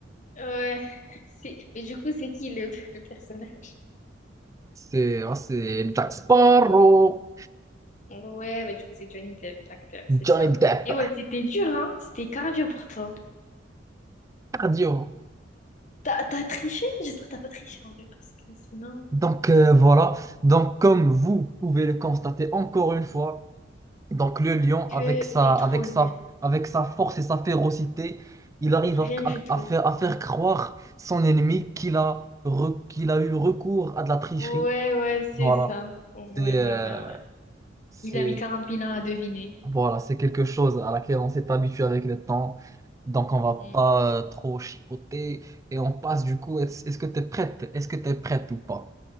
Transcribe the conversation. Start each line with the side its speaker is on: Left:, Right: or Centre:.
Left: Ouais, c'est... mais du coup, c'est qui le, le personnage?
Right: c'est ah, c'est Jack Sparrow,
Left: Ouais, bah du coup, c'est Johnny Depp, l'acteur, c'est
Right: Johnny
Left: ça.
Right: Depp,
Left: Et ouais, c'était dur, hein? C'était cardio pour toi.
Right: cardio.
Left: T'as t'as triché? J'espère que t'as pas triché en vrai, parce que sinon,
Right: Donc euh, voilà. Donc comme vous pouvez le constater encore une fois, donc le lion
Left: que
Right: avec sa
Left: t'es
Right: avec
Left: trop nul.
Right: sa avec sa force et sa férocité, il arrive
Left: Rien
Right: à, à-
Left: du tout.
Right: à faire à faire croire son ennemi qu'il a re- qu'il a eu recours à de la tricherie
Left: Ouais, ouais, c'est
Right: Voilà.
Left: ça. Ouais,
Right: C'est euh,
Left: ouais, ouais, ouais.
Right: c'est
Left: Il a mis quarante 000 ans à deviner.
Right: voilà, c'est quelque chose à laquelle on s'est habitué avec le temps. Donc on va
Left: Hmm.
Right: pas euh, trop chipoter et on passe du coup. Est-ce est-ce que tu es prête? Est-ce que tu es prête ou pas?